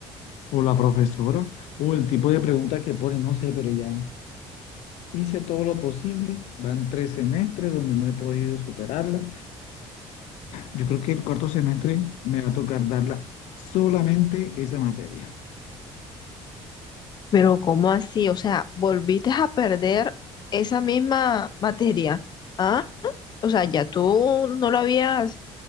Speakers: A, on the left (about 80°); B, on the left (about 40°).
A: o la profesora o el tipo de preguntas que pone, no sé, pero ya hice todo lo posible. Van tres semestres donde no he podido superarla. Yo creo que el cuarto semestre me va a tocar darla solamente esa materia.
B: Pero ¿cómo así? O sea, volviste a perder esa misma materia. ¿Ah? O sea, ya tú no lo habías,